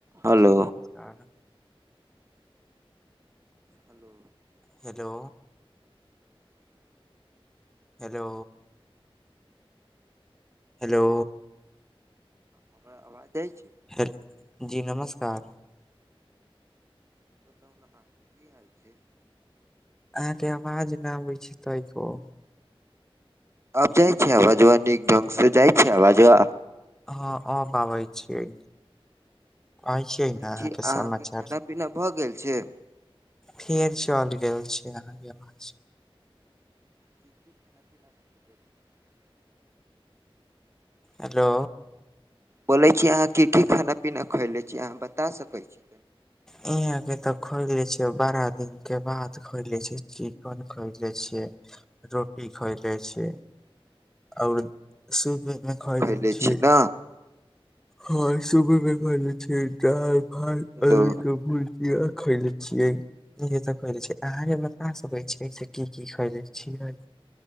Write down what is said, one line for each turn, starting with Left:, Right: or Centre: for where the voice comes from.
Right: हेलो
Centre: जी नमस्कार
Right: <inaudible>
Centre: हेलो
Right: हँ
Centre: हेलो हेलो
Right: हमरा आवाज दैय छै
Centre: हेलो जी नमस्कार
Right: कहुने अहाॅं की हाल छै
Centre: अहाँके आवाज नहि आबै छै तय पर
Right: अब जाइ छै आवजबा नीक ढंग से जाइ छीै आवाजबा?
Centre: हँ अब आबै छियै कहै
Right: बोलै
Centre: छियै ने अहाँके
Right: छी
Centre: समाचार
Right: खाना पीना भऽ गेल छै
Centre: फेर चल गेल छै अहाॅं के अबाज
Right: <inaudible>
Centre: हेलो
Right: बोलै छी अहाँके की खाना पीना खैले छी अहाँ बता सकैत छीय
Centre: यहां के त खोइले छियै बाड़ा दिन के बाद खोइले छियै चिकन खोइले छियै रोटी खेलइले छियै ओर सुबहेमे खैयले
Right: खयले
Centre: छियै
Right: छी ने
Centre: हँ सुबह मे खैले छियै दाल भात
Right: हेलो
Centre: अलु के भुजिया खैले छियै इहे सब खैले छियै। अहाँ से बता सकै छियै से की की खैले छियै